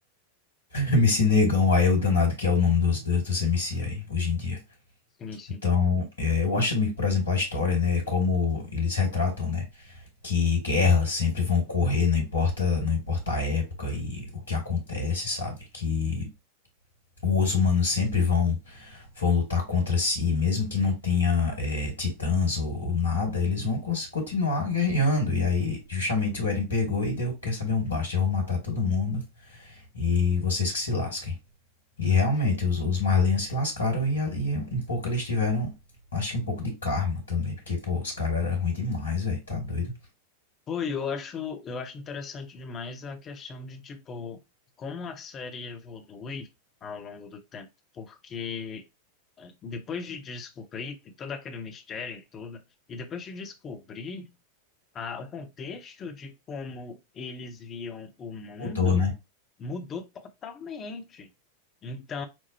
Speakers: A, on the left; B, on the left.
A: MC <laughs> Negão, aí o danado, que é o nome dos, dos MC aí, hoje em dia.
B: Sim, sim.
A: Então, é, eu acho também que, por exemplo, a história, né, como eles retratam, né, que guerras sempre vão ocorrer, não importa, não importa a época e o que acontece, sabe? Que os humanos sempre vão, vão lutar contra si, mesmo que não tenha é, titãs ou, ou nada, eles vão cons- continuar guerreando. E aí, justamente o Eren pegou e deu, quer saber um basta, eu vou matar todo mundo. E vocês que se lasquem. E realmente, os, os Marlins se lascaram e, e um pouco eles tiveram, acho que um pouco de karma também. Porque, pô, os caras eram ruins demais, velho. Tá doido.
B: Pô, eu acho, eu acho interessante demais a questão de, tipo, como a série evolui ao longo do tempo, porque eh, depois de descobrir todo aquele mistério e tudo, e depois de descobrir ah, o contexto de como eles viam o mundo,
A: Mudou, né?
B: mudou totalmente. Então,